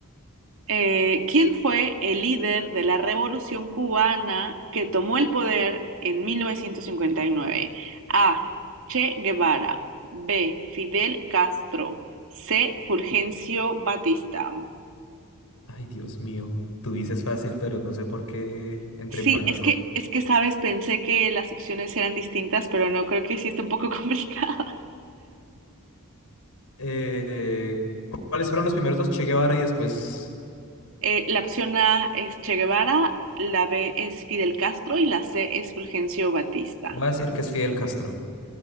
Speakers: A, on the right; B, on the left.
A: Eh, ¿quién fue el líder de la Revolución Cubana que tomó el poder en 1959? A. Che Guevara. B. Fidel Castro. C. Fulgencio Batista.
B: Ay, Dios mío. Tú dices fácil, pero no sé por qué entré
A: Sí,
B: en pánico.
A: es que, es que, sabes, pensé que las opciones eran distintas, pero no creo que sí está un poco <laughs> complicado.
B: Eh, ¿cu- ¿cuáles fueron los primeros dos? Che Guevara y después
A: Eh, la opción A es Che Guevara, la B es Fidel Castro y la C es Fulgencio Batista.
B: voy a decir que es Fidel Castro.